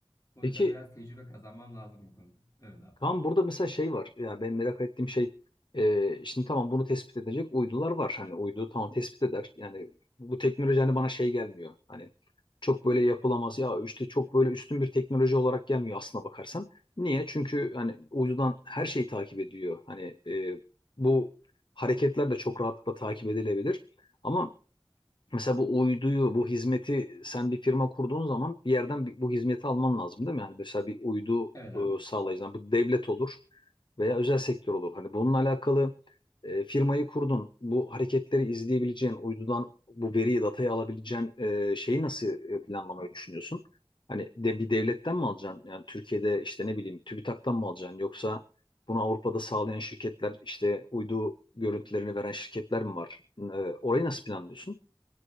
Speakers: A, on the left (about 35°); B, on the left (about 55°).
A: O
B: Peki
A: yüzden biraz tecrübe kazanmam lazım bu konuda. Evet abi.
B: Kaan burada mesela şey var. Ya ben merak ettiğim şey e, şimdi tamam bunu tespit edecek uydular var. Hani uydu tamam tespit eder. Yani bu teknoloji hani bana şey gelmiyor. Hani çok böyle yapılamaz ya işte çok böyle üstün bir teknoloji olarak gelmiyor aslına bakarsan. Niye? Çünkü hani uydudan her şeyi takip ediyor. Hani e, bu hareketler de çok rahatlıkla takip edilebilir. Ama Mesela bu uyduyu, bu hizmeti sen bir firma kurduğun zaman bir yerden bir- bu hizmeti alman lazım değil mi? Yani mesela bir uydu
A: Evet abi.
B: e, sağlayıcı, yani bu devlet olur veya özel sektör olur. Hani bununla alakalı e, firmayı kurdun, bu hareketleri izleyebileceğin, uydudan bu veriyi, datayı alabileceğin e, şeyi nasıl e, planlamayı düşünüyorsun? Hani de bir devletten mi alacaksın? Yani Türkiye'de işte ne bileyim TÜBİTAK'tan mı alacaksın? Yoksa bunu Avrupa'da sağlayan şirketler, işte uydu görüntülerini veren şirketler mi var? E, orayı nasıl planlıyorsun?